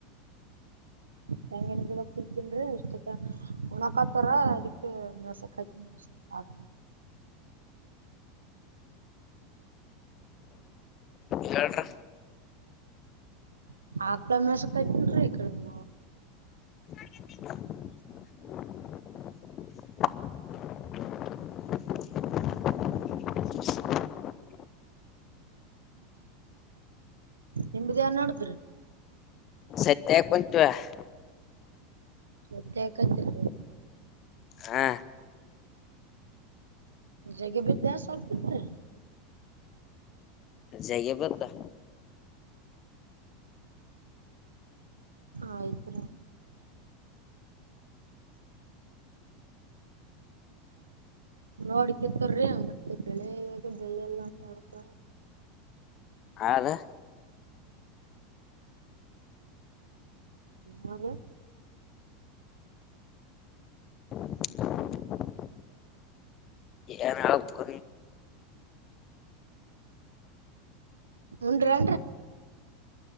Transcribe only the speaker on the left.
ಹೇಳ್ರಿ
<inaudible> <inaudible>
<unintelligible>
ಹಾ
ಜೈ ಬತ್ತಾ
ಆ.
<unintelligible> ಏನ ಆ ಕ